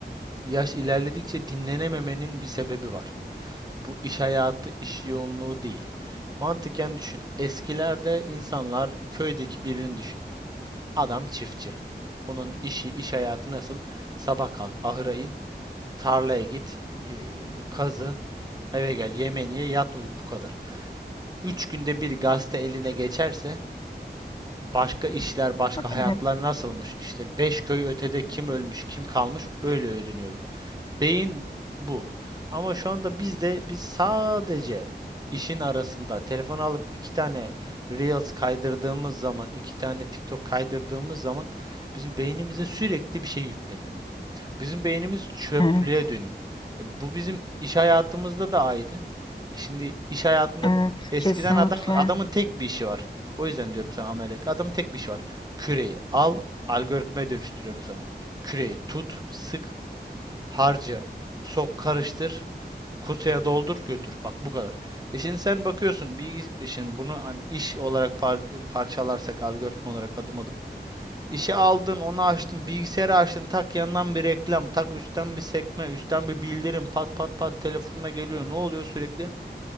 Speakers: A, on the right; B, on the left.
A: yaş ilerledikçe dinlenememenin bir sebebi var. Bu iş hayatı, iş yoğunluğu değil. Mantıken düşün. Eskilerde insanlar köydeki birini düşün. Adam çiftçi. Onun işi, iş hayatı nasıl? Sabah kalk, ahıra in, tarlaya git, eee, kazı, eve gel, yemeğini ye, yat uyu bu kadar. Üç günde bir gazete eline geçerse Başka işler, başka
B: Evet,
A: hayatlar nasılmış? İşte beş köy ötede kim ölmüş, kim kalmış öyle öğreniyordu. Beyin bu. Ama şu anda bizde biz sadece işin arasında telefon alıp iki tane Reels kaydırdığımız zaman, iki tane TikTok kaydırdığımız zaman bizim beynimize sürekli bir şey yükleniyor. Bizim beynimiz çöplüğe
B: evet,
A: dönüyor. E, bu bizim iş hayatımızda da aynı. E, şimdi iş hayatında
B: evet
A: eskiden
B: kesinlikle.
A: adam adamın tek bir işi var. O yüzden diyorum sana ameliyat. Adamın tek bir işi var. Küreyi al, algoritmaya dönüştürüyorum sana. Küreyi tut, sık, harca, sok, karıştır, kutuya doldur, götür. Bak bu kadar. E şimdi sen bakıyorsun bilgi e, şimdi bunu hani iş olarak par- e, parçalarsak algoritma olarak adım adım İşi aldın, onu açtın, bilgisayarı açtın, tak yandan bir reklam, tak üstten bir sekme, üstten bir bildirim, pat pat pat telefonuna geliyor. Ne oluyor sürekli?